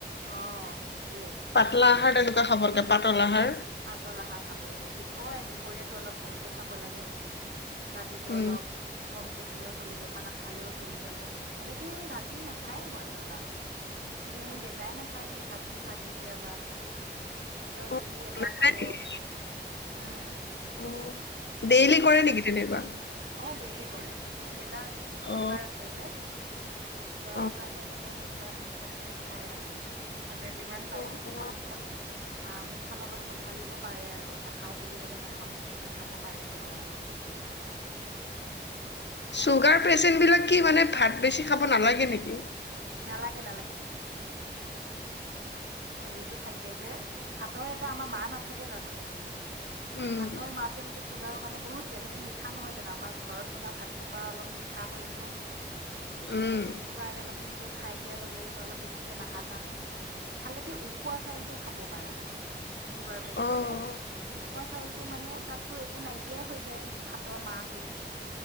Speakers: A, on the right; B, on the left.
A: অ সেইটোৱে
B: পাতলা আহাৰ, তেনেকুৱা খাব লাগে। পাতল আহাৰ
A: পাতল আহাৰ খাব লাগে, দি কয় দুপৰীয়াটো অলপ ভালকে খাব লাগে। ৰাতিটো
B: উম
A: অলপ কমকে খালেও চলি যাব, বা নাখালেও চলি যাব, বহুতেই ৰাতি নাখায় মই জনাত মোৰ দেউতাই নাখায়, তা ৰাতি ভাত কেতিয়াবা তেওঁ
B: অ
A: ৰুটি এটা খাব,
B: হয় নেকি?
A: উম।
B: অ ডেইলি
A: সেইটোৱে
B: কৰে নেকি তেনেকুৱা?
A: অ ডেইলি কৰে, মানে দেউতা
B: অ
A: চুগাৰ আছে যে চ', চুগাৰৰ
B: অ
A: কাৰণে মানে সেইবিলাক ইমানকে নাখায় আৰু। মানে যিমান পাৰে
B: অ
A: মুখখন
B: অ
A: মুখখন আ মুখখন অলপ চম্ভালিব পাৰে আৰু নাখাও বুলি ক'লে নাখাও, নাখাব পাৰে। তেওঁ আৰু তাকে
B: চুগাৰ পেচেন্ট বিলাক কি মানে ভাত বেছি খাব নালাগে নেকি?
A: নালাগে এইটো থাকে যে, ভাতৰ এটা আমাৰ মাৰ নাথাকে জানো?
B: উম,
A: ভাতৰ মাৰটো সেইটো চুগাৰৰ কাৰনে বহুত বেয়া এইটো মিঠা নহয় জানো, আমাৰ ঘৰত আপোনাৰ ভাত খোপা অলপ মিঠা হয় নহয়।
B: উম,
A: সেইটো কাৰণে মানে সেইটো খাই দিয়াৰ লগে লগে অলপ বেছিকে বাঢ়া চান্সটো থাকে, খালেকে উখোৱা চাউলটো খাব পাৰা। ছুগাৰ পেচেণ্টে।
B: অ',
A: ওখোৱা চাউলটো মানে তাতটোএকো নাইকিয়াই হৈ যায় ভাতৰ মাৰটো।